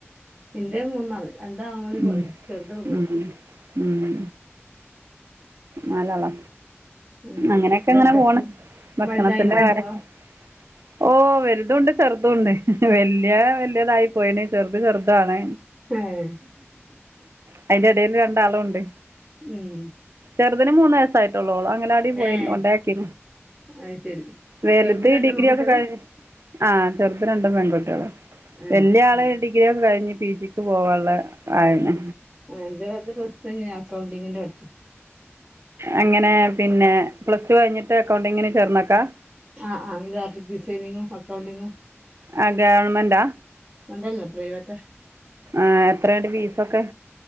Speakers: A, on the right; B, on the right.
A: ഇന്റെ മൂന്നാള് രണ്ടാണും ഒരു പെണ്ണും
B: ഉ
A: ചെറുത് പെൺകുട്ടി
B: ഉ ഉ നാലളാ
A: ഉം
B: അങ്ങനെക്കെ
A: വലുത്
B: അങ്ങനെ പോണ് ഭക്ഷണത്തിന്റെ
A: വലുതായിനോ
B: കാര്യങ്ങള്
A: അതോ
B: ഓ വലുതും ഉണ്ട് ചെറുതും ഉണ്ട് വല്ല്യാ വെല്ല്യതായി പോയണ് ചെറുത് ചെറുതാണ്
A: ഏഹ്
B: അയിന്റെ ഇടയിൽ രണ്ടാളുംണ്ട്
A: ഉം
B: ചെറുന് മൂന്ന് വയസായിട്ടുളളു അങ്ങലാ പോയി
A: ഏഹ്
B: ഉണ്ടാക്കി
A: അത് ശരി
B: വലുത്
A: ചെറുത് രണ്ട്
B: ഡിഗ്രിയ
A: പെൺകുട്ടികള്
B: ഒക്കെ കഴിഞു ആഹ് ചെറുത് രണ്ടും പെൺകുട്ടിയോളാ
A: ഏഹ്
B: വല്ല്യാളാ ഡി ഡിഗ്രിയൊകെ കഴിഞ്ഞ് പി ജിക്ക് പോവാനുള്ള ആയാണ്
A: ആ എന്റെ വല പ്രസ്തം ഞാ അക്കൗണ്ടിങ്ങിന്റെ പഠിച്ചു
B: അങ്ങനെ പിന്നെ പ്ലസ് ടു കഴിഞ്ഞിട്ട് അക്കൗണ്ടിങ്ങിന് ചേർന്നോക്കാ
A: ആഹ് ആഹ് ഗ്രാഫിക്‌ ഡിസൈനിങ്ങും അക്കൗണ്ടിങ്ങും
B: ആഹ് ഗവൺമെന്റാ
A: അതല്ല പ്രൈവറ്റ
B: ആഹ് എത്രയിണ്ട് ഫീസൊക്കെ